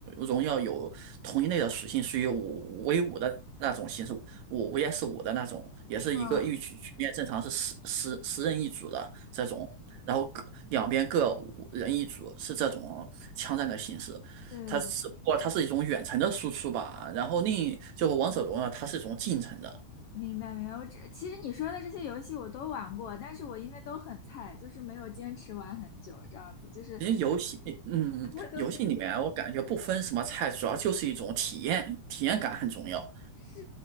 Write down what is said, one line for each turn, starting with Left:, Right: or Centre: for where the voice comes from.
Right: 荣耀有同一类的属性，属于五 v 五的那种形式，五 vs 五的那种，也是一个一局局面正常是十十十人一组的这种，
Left: 嗯，
Right: 然后各两边各五人一组，是这种枪战的形式。
Left: 对对对。
Right: 它只不过它是一种远程的输出吧，然后另一就是王者荣耀它是一种近程的，
Left: 明白明白，我这其实你说的这些游戏我都玩过，但是我因为都很菜，就是没有坚持玩很久这样子，就是
Right: 因为游戏，嗯，嗯游戏里面我感觉不分什么菜，
Left: <laughs> 我都坚
Right: 主要就是一种体验，体验感很重要。
Left: 是，